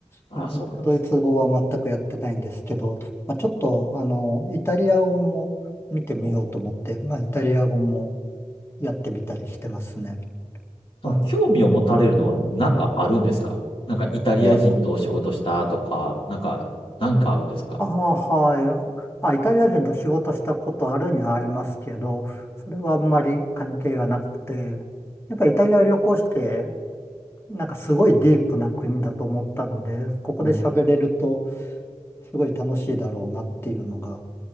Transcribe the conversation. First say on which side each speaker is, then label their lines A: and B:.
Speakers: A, on the left; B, on the left.
A: ああ、
B: <laughs>
A: そうなんです。
B: ドイツ語は全くやってないんですけど、まあ、ちょっと、あの、イタリア語も見てみようと思って、
A: お
B: まあ、イタリア語もやってみたりしてますね。あの、
A: その興味を持たれるのは何かあるんですかなんかイタリア人とお仕事したとか、
B: いや、
A: なんか、何かあるんですか
B: ああ、はい。あ、イタリア人と仕事したことあるにはありますけど、それはあんまり関係がなくて、やっぱりイタリア旅行して、なんかすごいディープな国だと思ったので、ここで喋れると、
A: うん。
B: すごい楽しいだろうなっていうのが